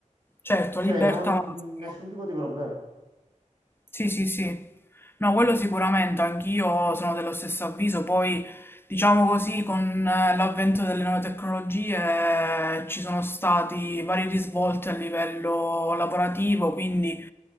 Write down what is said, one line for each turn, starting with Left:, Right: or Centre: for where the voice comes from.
Left: certo,
Right: Cioè,
Left: libertà
Right: non
Left: massima.
Right: nessun tipo di problema.
Left: Sì, sì, sì. No, quello sicuramente, anch'io sono dello stesso avviso. Poi, diciamo così, con eh, l'avvento delle nuove tecnologie eh, ci sono stati vari risvolti a livello lavorativo, quindi